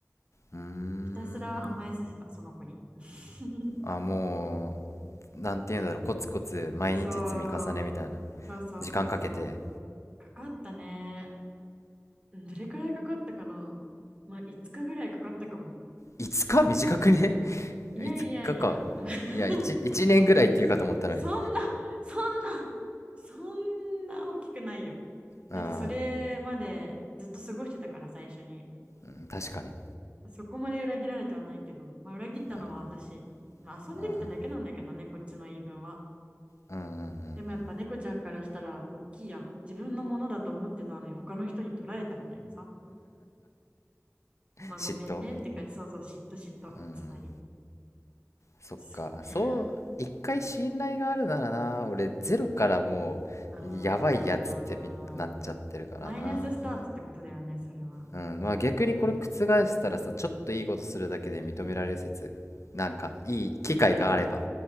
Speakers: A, on the left (about 60°); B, on the right (about 20°).
A: うーん
B: ひたすら甘えさせた、その子に。<laughs>
A: あもうなんていうんだろうコツコツ毎日積み重ねみたいな
B: そう、そうそうそうそう。
A: 時間かけて
B: かかったね。うんどれくらいかかったかなまあ、5日ぐらいかかったかも。
A: 5日短くね
B: いやいやいや、
A: <laughs> いつかかいや 1, 一年ぐらいっていうかと思ったのに
B: うんそんな、そんな、そんな大きくないよ。
A: あ
B: だってそれまでずっと過ごしてたから最初に。
A: あ、うん、確かに
B: そこまで裏切られてはないけど、まあ、裏切ったのは私。
A: あ
B: まあ、遊んできただけなんだけどね、
A: あ
B: こっちの言い分は。
A: あうんうんうんうん
B: でもやっぱ猫ちゃんからしたら大きいやん。自分のものだと思ってたのに他の人に取られたみたいなさ。まあごめんねって感じ。
A: 嫉妬
B: そうそう、嫉妬嫉妬。
A: うん
B: つまり。
A: そっかそう一回信頼があるならな俺ゼロからもうやばいやつってみなっちゃってるからな
B: そうね。あー。マイナススタートってことだよね、それは。
A: うん、まあ逆にこれ覆したらさ、ちょっといいことするだけで認められる説。なんか、いい機会があれば。
B: 例えば、